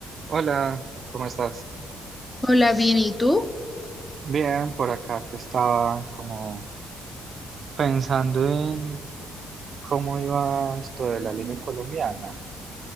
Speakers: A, on the right (about 50°); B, on the left (about 15°).
A: Hola, ¿cómo estás?
B: Hola, bien, ¿y tú?
A: Bien, por acá que estaba como pensando en cómo iba esto de la Liga Colombiana.